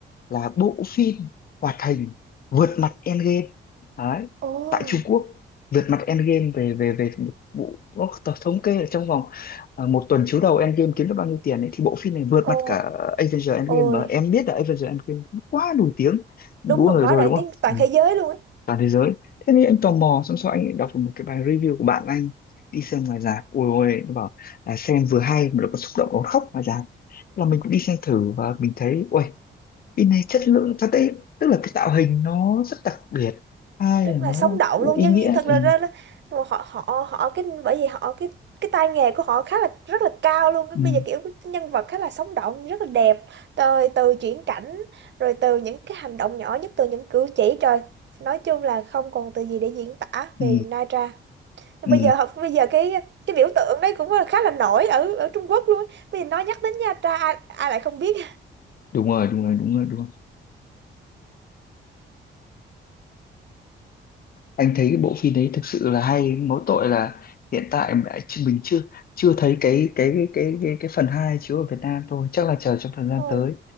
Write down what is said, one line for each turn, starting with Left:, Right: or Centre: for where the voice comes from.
Left: là bộ phim hoạt hình vượt mặt Endgame đấy
Right: ồ
Left: tại Trung Quốc vượt mặt Endgame về về về bộ nó t- thống kê là trong vòng à, một tuần chiếu đầu Endgame kiếm được bao nhiêu tiền ấy, thì bộ phim này vượt
Right: ồ
Left: mặt cả Avengers Endgame
Right: ôi
Left: mà em biết là Avengers Endgame quá nổi tiếng đúng
Right: đúng rồi
Left: rồi
Right: quá
Left: rồi
Right: nổi
Left: đúng
Right: tiếng
Left: không
Right: toàn
Left: Ừ
Right: thế giới luôn ấy
Left: toàn thế giới thế thì anh tò mò xong sau anh đọc được một cái bài review của bạn anh đi xem ngoài rạp ôi ôi nó bảo là xem vừa hay mà nó còn xúc động nó khóc ngoài rạp thế là mình cũng đi xem thử và mình thấy ôi phim này chất lượng thật đấy tức là cái tạo hình nó rất đặc biệt hai
Right: rất
Left: là
Right: là
Left: nó
Right: sống động
Left: cũng
Right: luôn
Left: ý
Right: nhân
Left: nghĩa
Right: viên thật
Left: ừ,
Right: là ra ra- họ họ họ cái bởi vì họ cái cái tay nghề của họ khá là rất là cao luôn Cái
Left: ừ,
Right: bây giờ kiểu cái nhân vật khá là sống động rất là đẹp từ từ chuyển cảnh rồi từ những cái hành động nhỏ nhất từ những cử chỉ trời nói chung là không còn từ gì để diễn tả về
Left: ừ,
Right: Naira bây
Left: ừ.
Right: giờ học bây giờ cái cái biểu tượng đấy cũng là khá là nổi ở ở Trung Quốc luôn á. bây giờ nói nhắc đến Nha Tra ai, ai lại không biết
Left: đúng rồi đúng rồi đúng rồi đúng rồi anh thấy cái bộ phim đấy thực sự là hay mỗi tội là hiện tại mình đã- mình chưa chưa thấy cái cái cái cái cái, cái phần 2 chiếu ở Việt Nam thôi chắc là chờ trong thời gian
Right: Ôi,
Left: tới